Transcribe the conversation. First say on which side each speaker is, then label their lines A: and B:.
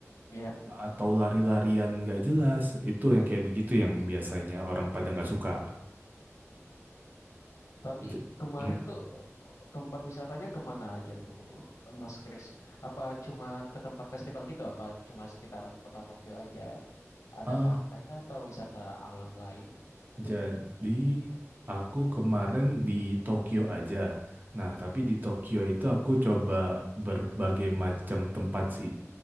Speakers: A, on the left; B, on the right.
A: ya.
B: atau lari-larian nggak jelas itu yang kayak begitu yang biasanya orang pada nggak suka
A: Tapi
B: J-
A: kemarin
B: Hmm.
A: tuh tempat wisatanya kemana aja tuh Mas Kris? Apa cuma ke tempat festival gitu? Apa cuma sekitaran kota Tokyo aja? Ada
B: ah
A: pantai kah atau wisata alam lain mungkin?
B: jadi aku kemarin di Tokyo aja nah tapi di Tokyo itu aku coba berbagai macam tempat sih